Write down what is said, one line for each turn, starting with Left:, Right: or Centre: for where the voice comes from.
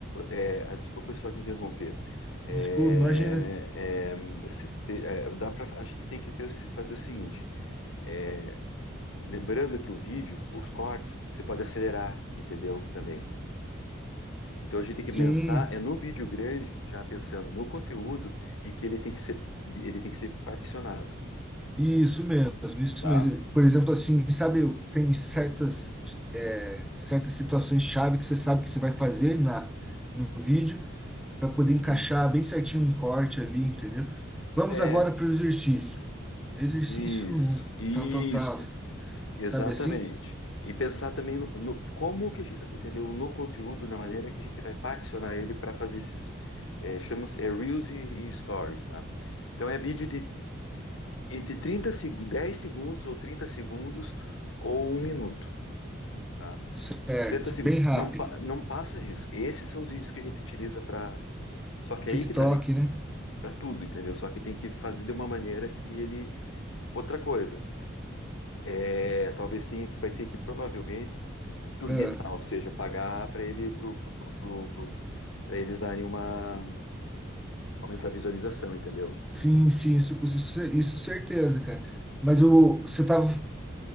Left: é, desculpa só te interromper. É,
Centre: Desculpa, imagina.
Left: é, se- é, dá pra, a gente tem que ter, o se- fazer o seguinte: é, lembrando que o vídeo, os cortes, você pode acelerar, entendeu? Também. Então a gente tem que
Centre: Sim,
Left: pensar é no vídeo grande, já pensando no conteúdo e que ele tem que ser, ele tem que ser particionado,
Centre: Isso mesmo, isso
Left: tá?
Centre: mesmo. Por exemplo, assim, sabe, tem certas, é, certas situações chave que você sabe que você vai fazer na, no vídeo para poder encaixar
Left: Uhum.
Centre: bem certinho um corte ali, entendeu? Vamos
Left: É,
Centre: agora para o exercício. Exercício
Left: isso,
Centre: um
Left: isso.
Centre: tal, tal, tal.
Left: Exatamente.
Centre: Sabe assim?
Left: E pensar também no, no como que, a gente- entendeu? No conteúdo, na maneira que a gente vai particionar ele para fazer esses, é, chamamos, é Reels e, e Stories, tá? Então é vídeo de entre 30 seg 10 segundos ou 30 segundos ou um minuto, tá?
Centre: Certo,
Left: 60 segundos.
Centre: bem rápido.
Left: Não, pa- não passa disso. Esses são os vídeos que a gente utiliza para. Só que
Centre: TikTok,
Left: é aí que tá,
Centre: né?
Left: para tudo, entendeu? Só que tem que fazer de uma maneira que ele. Outra coisa, é, talvez tenha que, vai ter que provavelmente turbinar,
Centre: Ah.
Left: ou seja, pagar para ele pro, pro, pro, pro, pro- pra eles darem uma aumentar a visualização, entendeu?
Centre: Sim, sim, isso, isso, isso certeza, cara. Mas o, você tava